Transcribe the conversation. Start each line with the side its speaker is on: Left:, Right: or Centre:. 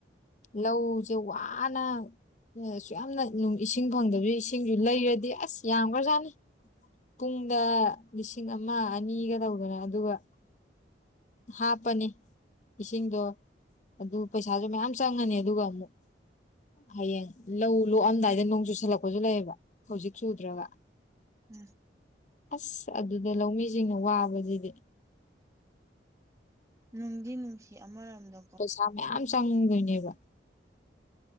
Left: ꯂꯧꯖꯦ ꯋꯥꯅ <unintelligible> ꯑꯁꯨꯛꯌꯥꯝꯅ ꯅꯨꯡ ꯏꯁꯤꯡ ꯐꯪꯗꯕꯩꯖꯨ ꯏꯁꯤꯡꯖꯨ ꯂꯩꯔꯗꯤ ꯑꯁ ꯌꯥꯝꯒ꯭ꯔꯖꯥꯠꯅꯤ ꯄꯨꯡꯗ ꯂꯤꯁꯤꯡ ꯑꯃ ꯑꯅꯤꯒ ꯇꯧꯗꯅ ꯑꯗꯨꯒ ꯍꯥꯞꯄꯅꯤ ꯏꯁꯤꯡꯗꯣ ꯑꯗꯨ ꯄꯩꯁꯥꯖꯨ ꯃꯌꯥꯝ ꯆꯪꯉꯅꯤ ꯑꯗꯨꯒ ꯑꯃꯨꯛ ꯍꯌꯦꯡ ꯂꯧ ꯂꯣꯛꯑꯝꯗꯥꯏꯗ ꯅꯣꯡ ꯆꯨꯁꯜꯂꯛꯄꯖꯨ ꯂꯩꯕ ꯍꯧꯖꯤꯛ ꯆꯨꯗ꯭ꯔꯒ
Right: ꯎꯝ
Left: ꯑꯁ ꯑꯗꯨꯗ ꯂꯧꯃꯤꯖꯤꯡꯅ ꯋꯥꯕ ꯗꯩꯗꯤ
Right: ꯅꯨꯡꯗꯤ ꯅꯨꯡꯁꯤ ꯑꯃꯔꯣꯝꯗ
Left: ꯄꯩꯁꯥ ꯃꯌꯥꯝ ꯆꯪꯗꯣꯏꯅꯦꯕ